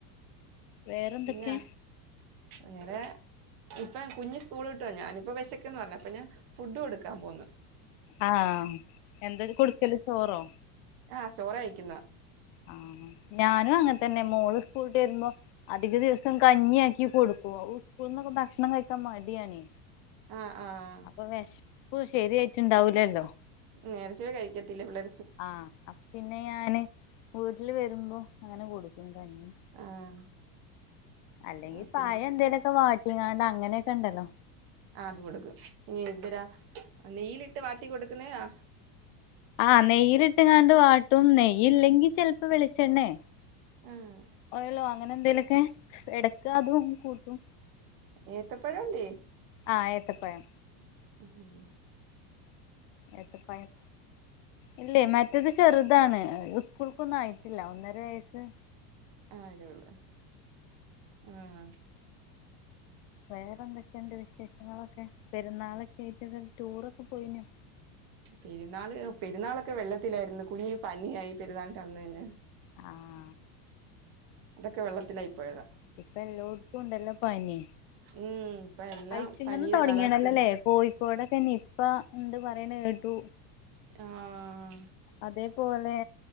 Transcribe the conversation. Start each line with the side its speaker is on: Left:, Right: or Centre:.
Left: വേറെന്തൊക്കെ
Right: പിന്നെ വേറെ ഇപ്പൊ കുഞ്ഞ് സ്കൂൾ കിട്ടുവ ഞാനിപ്പ വിശക്കന്ന് പറഞ്ഞപ്പൊ ഞാൻ ഫുഡും കൊടുക്കാൻ പോന്നുന്നു
Left: ആഹ്‌ എന്തായത് കൊടുക്കല് ചോറോ
Right: ആഹ ചോറ അയിക്കുന്ന
Left: ആഹ ഞാനും അങ്ങനെ തന്നെ മോള് സ്കൂളട്ട് വരുമ്പോ അധിക ദിവസം കഞ്ഞിയ ആാക്കി കൊടുക്കും ഉക്കൂളന്നൊക്കെ ഭക്ഷണം കഴിക്കാൻ മടിയണേ
Right: ആഹ് ആഹ്
Left: അപ്പൊ വിശപ്പ് ശരിയായിട്ട് ണ്ടാവൂലല്ലോ
Right: നേരിച്ച കഴിക്കത്തില്ല പിള്ളേ
Left: ആഹ് അപ്പ്പിന്നെ ഞാന് വ്‌ട്ടില് വരുമ്പോ അങ്ങനെ കൊടുക്കും കഞ്ഞി
Right: ആഹ്
Left: അല്ലെങ്കി
Right: ആഹ് പിന്നെ
Left: പയംന്തേല്ക്കെ വാട്ടിങ്ങാണ്ട് അങ്ങനെയ‌ക്കെണ്ടല്ലോ
Right: ആഹ് അത് കൊടുക്ക് എഹ് ന്തരാ അഹ് നെയ്യില്ട്ട് വാട്ടി കൊടുക്കുന്നയാ
Left: ആഹ് നെയ്യിലിട്ടങ്ങാണ്ട് വാട്ടും നെയ്യ്ല്ലെങ്കിൽ ചെലപ്പോ വെളിച്ചെണ്ണേ
Right: ആഹ്
Left: ഓയ്ല്ലോ അങ്ങനെന്തേലൊക്കെ ഇടക്ക് അതും കൂട്ടും
Right: ഏത്തപ്പഴല്ലേ
Left: ആഹ് ഏത്തപ്പയം
Right: ഉം ഹ്
Left: ഏത്തപ്പയം ഇല്ലേ മറ്റത് ചെറുതാണ് ഉസ്കൂൾക്കൊന്നും ആയിട്ട്ല്ല ഒന്നരവയസ്സ്
Right: ആയതേയൊള്ള് ആഹ്
Left: വേറെന്തൊക്കെയ്ണ്ട് വിശേഷങ്ങളൊക്കെ പെരുന്നാളൊക്കെയായ്ട്ട് ടൂറൊക്കെ പോയിനൊ
Right: പെരുന്നാള് പെരുന്നാളൊക്കെ വെള്ളത്തിലായ്ര്ന്ന് കുഞ്ഞിന് പനിയായ് പെരുന്നാള്ന്റെ അന്ന് തന്നെ
Left: ആഹ്
Right: അതൊക്കെ വെള്ളത്ത്ലായ് പോയതാ
Left: ഇപ്പ എല്ലോട്ത്തും ഉണ്ടല്ലോ പനി
Right: ഉം ഇപ്പ എല്ലാം
Left: അഴ്ച്ച്ങ്ങന്ന്
Right: പനിയുടെ
Left: തോടങ്ങിണ്ലല്ലോലെ
Right: കാലാവസ്ഥയല്ലേ
Left: കോയ്ക്കോടൊക്കെ നിപ്പ ണ്ട് പറയ്ണെ കേട്ടു
Right: ആഹ്
Left: അതെപ് പോലെ